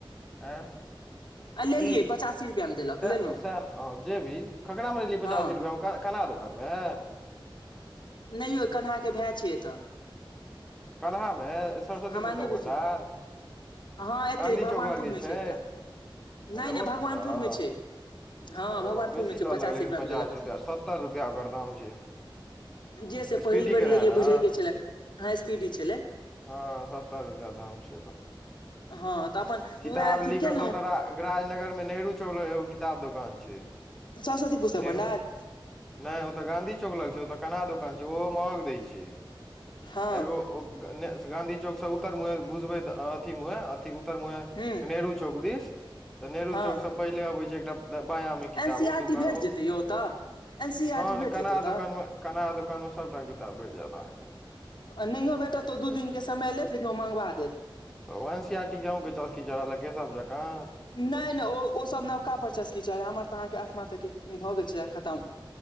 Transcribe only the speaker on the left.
आ लेलियै
पचासी रुपआ मे देलक
लेलहुँ
हँ
नहि यौ कन्हाक भए छै एतय
हमरा
नहि बुझ
हँ एते
भगवानपुर
मे
एकटा
नहि नहि
भगवानपुर मे छै हँ
भगवानपुर
मे छै
रुपआ
मे देलक
जे से पहिल
बेर
लेलियै
बुझैके छलै हा स्पीडी छलै
हँ तऽ अपन
उएह अथी
केलहुँ
सरस्वती पुस्तक
भंडार
हँ
हूँ
हँ
एन सी
आर
टी भेट
जेतै यौ ओतऽ एन सी
आर टी
भेट
जेतै ओतऽ
आ नहियो बेटत तऽ दू दिनके समय लेत लेकिन ओ मँंगबा देत
नय नय ओ ओसभ नवका परचस्की छल हमर तऽ अहाँके आठमा तक भऽ गेल छल खतम